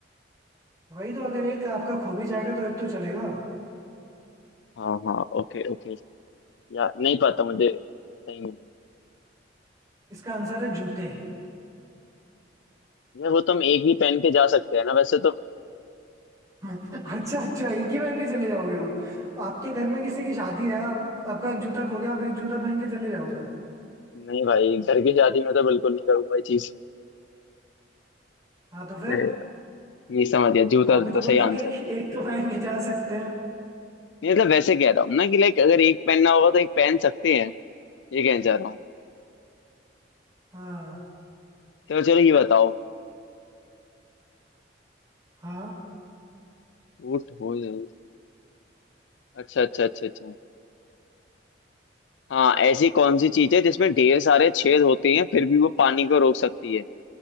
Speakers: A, on the right (about 20°); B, on the left (about 75°).
A: वही तो अगर एक आपका खो भी जाएगा तो एक तो चलेगा
B: हाँ हाँ ओके ओके यार नहीं पता मुझे सही में
A: इसका आंसर है जूते
B: यार वो तो हम एक ही पहन के जा सकते हैं ना वैसे तो
A: अच्छा अच्छा एक ही पहन के चले जाओगे आप आपके घर में किसी की शादी है आप, आपका एक जूता खो गया आप एक जूता पहन के चले जाओगे
B: नहीं भाई घर की शादी में तो बिल्कुल नहीं करूंगा ये चीज
A: हाँ तो
B: अरे
A: फिर
B: यार, ये समझ गया जूता
A: तो आप भी तो
B: तो
A: बोल
B: सही
A: रहे हो
B: आंसर
A: कि <laughs> एक,
B: है
A: एक तो पहन के जा सकते हैं
B: नहीं मतलब वैसे कह रहा हूँ ना कि लाइक अगर एक पहनना होगा तो एक पहन सकते हैं ये कहना चाह रहा हूँ
A: हाँ
B: चलो चलो ये बताओ
A: हाँ
B: ऊँट हो जाए अच्छा अच्छा अच्छा अच्छा हाँ ऐसी कौन सी चीज है जिसमें ढेर सारे छेद होते हैं फिर भी वो पानी को रोक सकती है